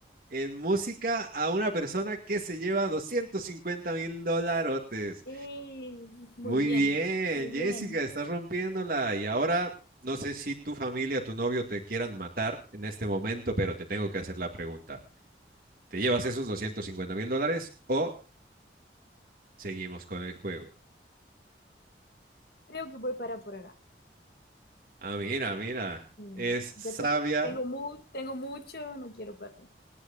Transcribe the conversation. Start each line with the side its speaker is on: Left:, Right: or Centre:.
Right: en música a una persona que se lleva doscientos cincuenta mil dolarotes.
Left: Eh, muy
Right: Muy
Left: bien,
Right: bien,
Left: muy bien.
Right: Jessica, estás rompiéndola. Y ahora, no sé si tu familia, tu novio te quieran matar en este momento, pero te tengo que hacer la pregunta. ¿Te llevas esos doscientos cincuenta mil dólares o seguimos con el juego?
Left: Creo que voy para por acá.
Right: Ah, mira, mira,
Left: Mm,
Right: es
Left: Ya
Right: sabia.
Left: te- tengo mu- tengo mucho, no quiero perder.